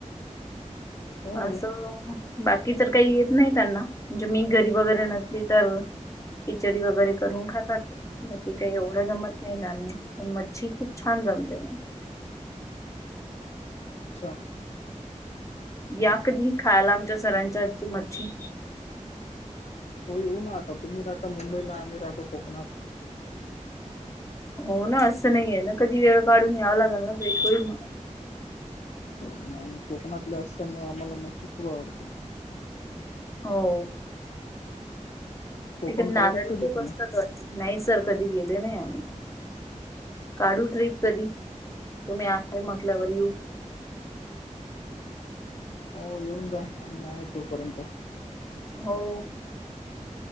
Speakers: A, on the left; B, on the left.
A: हो
B: असं बाकी तर काही येत नाही त्यांना म्हणजे मी घरी वगैरे नसली तर खिचडी वगैरे करून खातात ते बाकी काही एवढं जमत नाही लना पण मज्जी खूप छान जमते मग
A: अच्छा
B: या कधी खायला आमच्या सरांच्याजची मच्छी
A: हो येऊ ना आता तुम्ही राहता मुंबईला आम्ही राहतो कोकणात
B: हो ना असं नाहीे ना कधी वेळ काढून यावा लागेल ना भेट होईल मग
A: आणि कोकणातल्या असल्यामुळं आम्हाला मच्छ खूप आवडते
B: हो
A: कोकण
B: तिकडे नारळी
A: पाहिलं कधी
B: खूप
A: तुम्ही
B: ब असतात वाते नाही सर कधी गेले नाही आम्ही काढू ट्रिप कधी तुम्ही आहे म्हटल्यावर यू
A: हो येऊन जा आम्ही आहे तोपर्यंत
B: हो